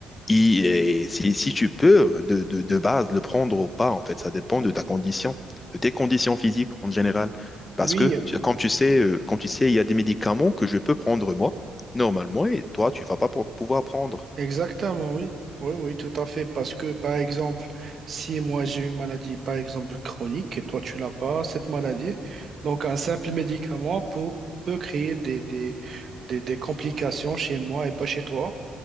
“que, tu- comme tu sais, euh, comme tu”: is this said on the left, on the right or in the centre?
Left